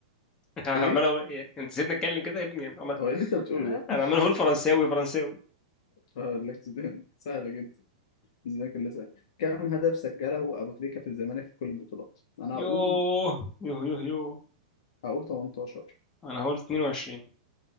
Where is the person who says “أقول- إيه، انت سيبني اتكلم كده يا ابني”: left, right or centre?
Left